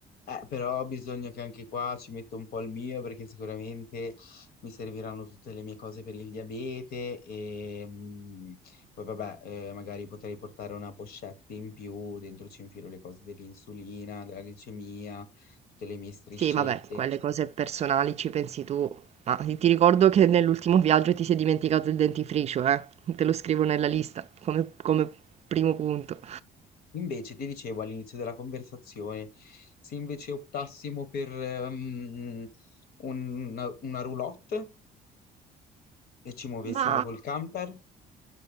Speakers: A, on the left; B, on the right.
A: Eh, però bisogna che anche qua ci metto un po' il mio perché sicuramente mi serviranno tutte le mie cose per il diabete e mm, poi vabbè, eh, magari potrei portare una pochette in più, dentro ci infilo le cose dell'insulina, della glicemia, tutte le mie striscette.
B: Sì, vabbè, quelle cose personali ci pensi tu, ma ti ti ricordo che nell'ultimo viaggio ti sei dimenticato il dentifricio, eh? Te lo scrivo nella lista come come primo punto.
A: Invece ti dicevo all'inizio della conversazione, se invece optassimo per ehm, un- una, una roulotte e ci muovessimo
B: Ma...
A: col camper,